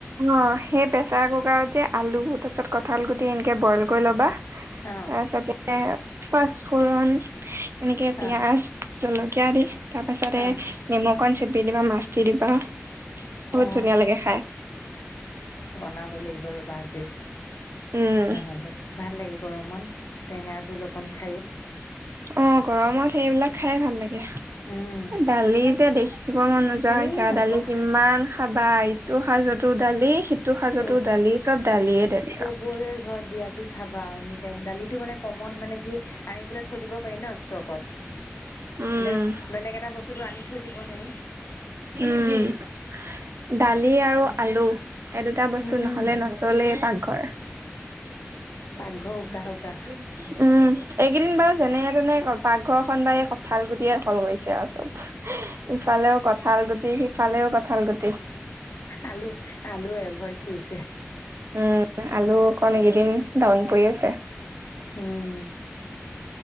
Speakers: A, on the right; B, on the left.
A: অ সেই প্ৰেচাৰ কুকাৰত যে আলু গুটি তাৰপিছত কঠাল গুটি বইল কৰি ল'বা
B: অ
A: তাৰ পিছতে পাচপোৰণ এনেকে পিয়াজ
B: অ
A: জলকীয়া দি তাৰ পাছতে
B: অ
A: নিমখ কন চেপি দিবা মাছ দি দিবা। বহুত
B: অ
A: ধুনীয়া লাগে খাই।
B: বনাব লাগিব ৰবা আজি।
A: উম
B: নহলে ভাল লাগে গৰমত টেঙা জোল অকন খাই।
A: অ' গৰমত সেইবিলাক খাইয়ে ভাল লাগে।
B: উম
A: দালি যে দেখিব মন নোযোৱা
B: এই
A: হৈছে
B: নকবা
A: দালি কিমান খাবা এটো সাঁজোতো দালি সিটো সাঁজোতো
B: চব
A: দালি চব দালিয়ে দালি
B: চবৰে
A: আৰু।
B: ঘৰত দিয়া কি খাবা আৰু এনি টাইম দালিটো মানে কমন মানে কি আনি পেলাই থৈ দিব পাৰি ন ষ্টকত।
A: উম
B: এতিয়া বেলেগ এটা বস্তুতটো আনি থৈ দিব নোৱাৰি।
A: উম দালি আৰু আলু। এই দুটা বস্তু
B: উম
A: নহলে নচলেই পাকঘৰ।
B: পাকঘৰ
A: উম
B: উকা উকা
A: এইকেইদিন বাৰু যেনে তেনে ক পাকঘৰ খন বা এই কঁঠাল গুটিয়ে দখল কৰিচে আৰু চব ইফালেও কঠাল কঠাল গুটি সিফালেও কঁঠাল গুটি।
B: আলু আলু এভইড কৰিছে।
A: উম, আলু অকণ এইকেইদিন দাউন পৰি আছে।
B: উম।